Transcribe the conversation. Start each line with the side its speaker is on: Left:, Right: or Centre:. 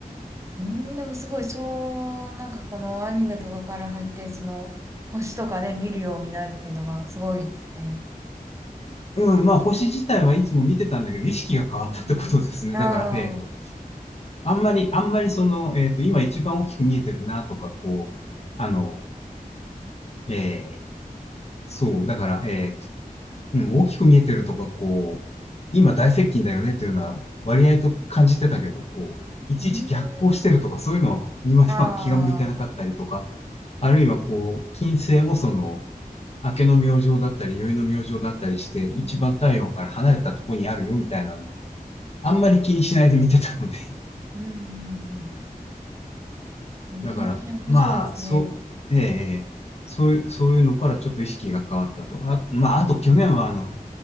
Right: うーん、でもすごい、そう、なんかこのアニメとかから入って、その、星とかね、見るようになるっていうのがすごいですね。
Left: うん、まあ、星自体はいつも見てたんだけど、意識が変わったってことですね。
Right: うんうん。
Left: だから、
Right: ああ。
Left: えっ、と、
Right: う
Left: あんまり、あんまりその、えっ、と、今一番大きく見えてるなとか、こう、あの、えーそう、だから、えっと、うん、大きく見えてるとか、こう、今大接近だよねというのは割合と感じてたけど、こう、いちいち逆行してるとか、
Right: ーん。
Left: そういうのにまでは気が向いてなかったりとか、
Right: ああ。
Left: あるいはこう、金星もその、明けの明星だったり、宵の明星だったりして、一番太陽から離れたとこにあるよみたいなの、
Right: うん。
Left: あんまり気にしないで見てたので。
Right: うんうん
Left: <laughs>
Right: うん。
Left: だから、
Right: へえ、面白いですね。
Left: まあ、そう、ええ、ええそういう、そういうのからちょっと意識が変わったと。あ、まあ、あと去年はあの、